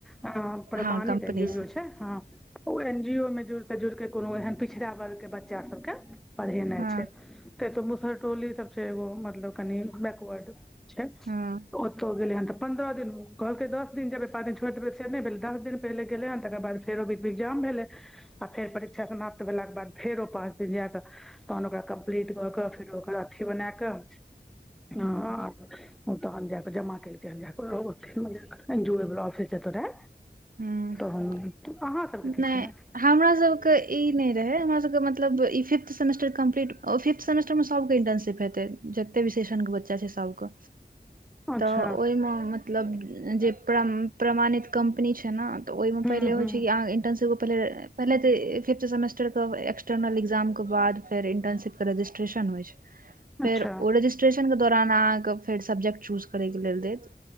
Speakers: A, in the centre; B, on the right.
A: हँ प्रमाणित
B: हँ कम्पनी
A: एन जी ओ
B: से
A: जो छै हँ ओ एन जी ओ मे जुड़ि से जुड़ि के कोनो एहन पिछड़ा वर्ग के बच्चा सबके पढ़ेनाइ
B: हँ
A: छै तऽ तो मुसहरटोली सब छै एगो मतलब कनी बैकवर्ड छै तऽ
B: हँ
A: ओतौ गेलै हन तऽ पंन्द्रह दिन कहलकै दस दिन जेबे पाँच दिन छोड़ देबे से नहि भेले दस दिन पहिले गेले ह तकर बाद फेरो बीज मे एगजाम भेलै आ फेर परीक्षा समाप्त भेलाके बाद फेर ओ पाँच दिन जाकऽ तहन ओकरा क <unintelligible> ट कऽ के फेर ओकर अथी बना क <unintelligible> ओ तहन जाक जमा कैलकै हन जाकऽ एन जी ओ बला औफिस जत रहै
B: हँ
A: तऽ अहाँ सबके की
B: नहि
A: छलए
B: हमरा सबके ई नहि रहै हमर सबके मतलब ई fifth semester complete fifth semester मे सबके इन्टरर्नशिप हेतै जते भी शेषण के बच्चा छै सबके
A: अच्छा
B: तऽ ओहिमे मतलब जे प्रमाणित कम्पनी छै ने तऽ ओहिमे
A: हूँ
B: पहिले होइ
A: हूँ
B: छै कि अहाँके इन्टर्नशिप पहले पहले तऽ फिफ्थ सेमेस्टर के बाद एक्सटर्नल के बाद फेर इन्टर्नशिप रजिस्ट्रेशन होइ छै फेर
A: अच्छा
B: ओ रजिस्ट्रेशन के दौरान अहाँके फेर सब्जेक्ट चूज करै के लेल देत